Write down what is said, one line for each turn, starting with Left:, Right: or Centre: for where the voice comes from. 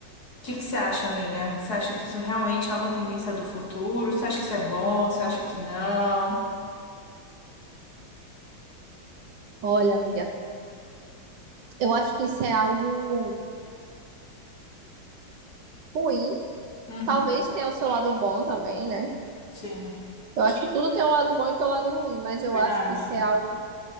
Left: que que você acha, amiga? Você acha que isso realmente é uma tendência do futuro? Você acha que isso é bom? Você acha que não?
Right: Olha, amiga, eu acho que isso é algo ruim.
Left: Uhum,
Right: Talvez tenha o seu lado bom também, né?
Left: sim,
Right: Eu acho que tudo tem um lado bom e tem um lado ruim, mas eu
Left: verdade.
Right: acho que isso é algo